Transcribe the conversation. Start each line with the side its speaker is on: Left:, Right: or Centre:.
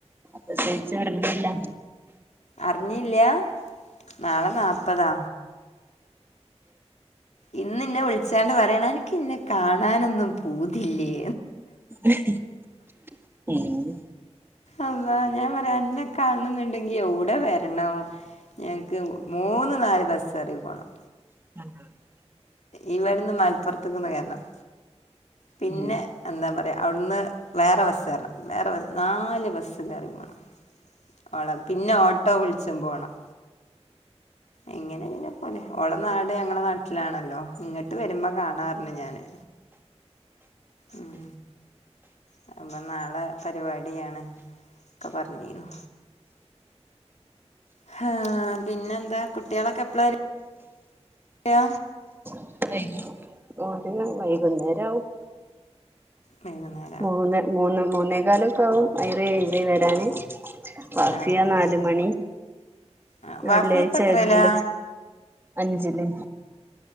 Right: പ്രസവിച്ചോരഞ്ഞല്ല.
Left: അറിഞ്ഞില്ല നാളെ നാല്പ്പതാ. ഇന്ന് ഇന്നെ വിളിച്ചാണ്ട് പറിയാണ് അനക്ക് ഇന്നെ കാണാനൊന്നും പൂതില്ലേ?
Right: <unintelligible> ഉം.
Left: അള്ളാ ഞാൻ പറയാ അന്നെ കാണണന്ന്ണ്ടെങ്കി യെവ്ടെ വരണം. ഞങ്ങക്ക് മൂന്ന് നാല് ബസ്സേറി പോകണം.
Right: <inaudible>
Left: ഈ വടന്ന് മലപ്പുറത്ത്ക്കെന്ന് കേറണം പിന്നെ
Right: ഉം
Left: എന്താ പറയാ ഔടുന്ന്. വേറെ ബസ്സേറണം വേറെ ബസ് നാല് ബസ്സ് കേറി പോണം. ഓളെ പിന്നെ ഓട്ടോ വിളിച്ചും പോണം. എങ്ങനെ <unintelligible> ഓളെ നാട് ഞങ്ങളെ നാട്ടിലാണല്ലോ ഇങ്ങട്ട് വരുമ്പൊ കാണാറ്ഞ്ഞ് ഞാന്. ഉം <unintelligible> നാളെ പരിപാടിയാണ് ഒക്കെ പറഞ്ഞീനു. ഹാ പിന്നെന്താ കുട്ട്യാളൊക്കെ എപ്പളാ വര യ
Right: <unintelligible> <unintelligible> ടിന് വൈകുന്നേ രാവും.
Left: വൈകുന്നേര
Right: മൂന്നെ മൂന്ന് മൂന്നേകാലം. ക്കാവും ഐറെ ഇസ്സിം വരാന് വാഫിയ
Left: ആഹ് ആഹ്
Right: നാല് മണി.
Left: ആഹ്
Right: വെള്ള്യായ്ച്ചായതോണ്ട്
Left: വഫി ഇപ്പ എത്രേലാ
Right: അഞ്ച്ല്.